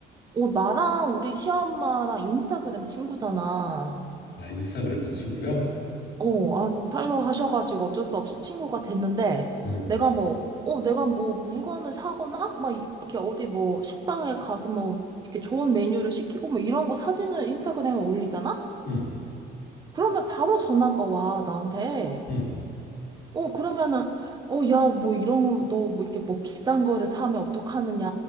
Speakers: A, on the right; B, on the left.
A: 어, 나랑 우리 시엄마랑 인스타그램 친구잖아.
B: 아 인스타그램도 친구야?
A: 어, 아, 팔로우 하셔가지고 어쩔 수 없이 친구가 됐는데,
B: <laughs>
A: 내가 뭐, 어, 내가 뭐 물건을 사거나, 막 이렇게 어디 뭐 식당에 가서 뭐 이렇게 좋은 메뉴를 시키고 뭐 이런 거 사진을 인스타그램에 올리잖아?
B: 응. 응.
A: 그러면 바로 전화가 와, 나한테.
B: 응.
A: 어, 그러면은, 어, 야, 뭐 이런 거, 너 뭐 이렇게 뭐 비싼 거를 사면 어떡하느냐,